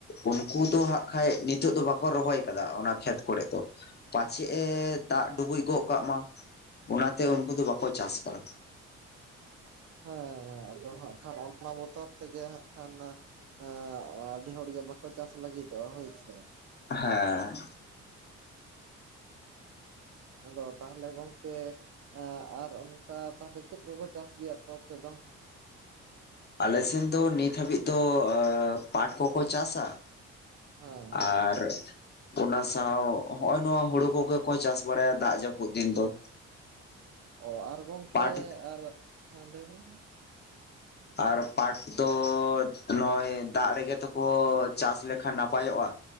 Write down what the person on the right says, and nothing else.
ᱦᱮᱸ ᱟᱫᱚ ᱦᱟᱸᱜ ᱠᱷᱟᱱ ᱚᱱᱟ ᱵᱚᱛᱚᱨ ᱛᱮᱜᱮ ᱦᱟᱸᱜ ᱠᱷᱟᱱ ᱱ <unintelligible> ᱟᱹᱰᱤ ᱦᱚᱲᱜᱮ ᱵᱟᱠᱚ ᱪᱟᱥ ᱞᱟᱹᱜᱤᱫᱚᱜᱼᱟ ᱦᱳᱭᱥᱮ
ᱟᱫᱚ ᱛᱟᱦᱚᱞᱮ ᱜᱚᱢᱠᱮ ᱮᱸᱜ ᱟᱨ ᱚᱱᱠᱟ ᱛᱟᱦᱞᱮ ᱪᱮᱫ ᱠᱚᱠᱚ ᱪᱟᱥ ᱜᱮᱭᱟ ᱟᱯᱮ ᱚᱱᱛᱮ ᱫᱚ
ᱦᱮᱸ
ᱚ ᱟᱨ ᱜᱚᱢᱠᱮ
ᱟᱨ ᱦᱮᱸ ᱞᱟᱹᱭ ᱵᱤᱱ